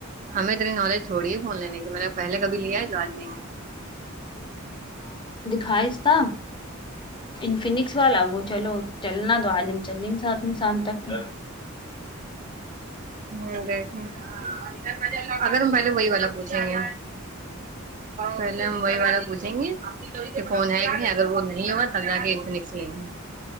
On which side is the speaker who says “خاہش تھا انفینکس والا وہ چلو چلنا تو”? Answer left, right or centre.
Left